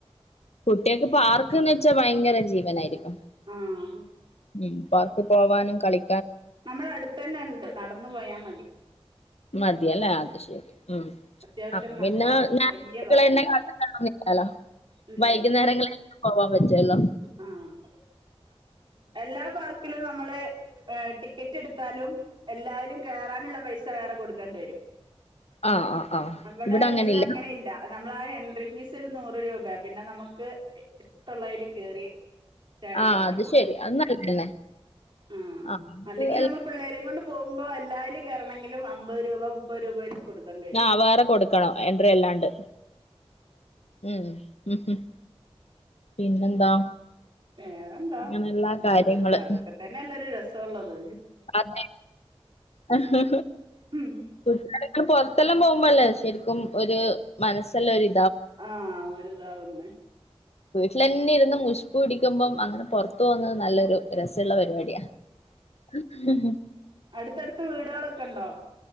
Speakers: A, on the left (about 80°); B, on the right (about 50°).
A: കുട്ടേക്ക് പാർക്ക്ന്ന് വെച്ചാ ഭയങ്കര ജീവനായിരിക്കും.
B: ആഹ്
A: ഉം പാർക്ക്പോവാനും കളി
B: നമ്മളെ അടുത്തന്നെ ഉണ്ട് നടന്നു പോയാ മതി.
A: മതിയല്ലൊ അത് ശരി ഉം
B: അത്യാവശ്യം
A: അപ്പൊ പിന്നെ
B: നല്ല
A: <unintelligible>
B: വലിയ പാർക്കുണ്ട്
A: കാത്ത് <unintelligible> നിക്കാലോ
B: ഇല്ലല്ല
A: വൈകുന്നേരങ്ങളിൽ എല്ലാം പോവാൻ പറ്റുല്ലോ.
B: ആഹ് എല്ലാ പാർക്കിലും നമ്മള് ഏ ടിക്കറ്റ് എടുത്താലും എല്ലാരുംകയറാനുള്ള പൈസ വേറെ കൊടുക്കേണ്ടി വരും
A: ആഹ് ആഹ് ആഹ്
B: അവിടെ
A: ഇവിടെ അങ്ങനില്ല
B: ഇതില അങ്ങനെ ഇല്ല നമ്മളാ എൻട്രി ഫീസ് ഒരു നൂറ് രൂപയാ പിന്നെ നമുക്ക് ഇഷ്ടള്ളയില് കേറി ചാടി
A: ആഹ്
B: മറിഞ്ഞു
A: അത്
B: പോരാ
A: ശരി അത് നല്ലതന്നെ
B: ആ
A: ആഹ്
B: അല്ലെങ്കിൽ നമ്മള് പിള്ളേരെയും കൊണ്ട് പോകുമ്പോ ഇപ്പൊ എല്ലായിലും കെയറണങ്കിലും അമ്പത് രൂപ മുപ്പത് രൂപ വെച്ച് കൊടുക്കേണ്ടി വരും
A: ആ വേറെ കൊടുക്കണോ എൻട്രി അല്ലാണ്ട് ഉം മ്ഹ് ഉം പിന്നെന്താ
B: വേറെന്താ
A: അങ്ങനെ എല്ലാ കാര്യങ്ങള്
B: അതൊ അതൊക്കെ തന്നെല്ലരു രസംള്ളത്
A: അതെ മ്ഹി
B: ഉം
A: ഹി ഹ് പൊറത്തെല്ലാം പോകുമ്പോ അല്ലേ ശരിക്കും ഒരു മനസ്സെല്ലാം ഒര്
B: ആ ഒരുതാവുന്നേ
A: വീട്ടിലെന്നെ ഇരുന്ന് മുഷ്പുടിക്കുമ്പം അങ്ങനെ പുറത്തു പോകുന്നത് നല്ലൊരു രസ് ള്ള പരിപാടിയ മ്ഹ് ഹും ഹും
B: അടുത്തടുത്തു വീടുകളൊക്കെ ഉണ്ടോ